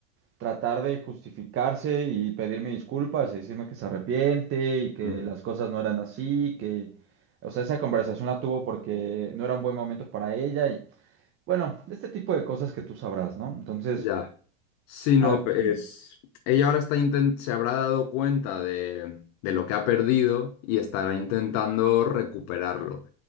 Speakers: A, on the right; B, on the left.
A: tratar de justificarse y pedirme disculpas y decirme que se arrepiente y que
B: Mm,
A: las cosas no eran así, que, o sea, esa conversación la tuvo porque no era un buen momento para ella y, bueno, este tipo de cosas que tú sabrás, ¿no? Entonces,
B: ya. Sí,
A: al
B: no, pues
A: fin.
B: ella ahora está inten- se habrá dado cuenta de, de lo que ha perdido y estará intentando recuperarlo.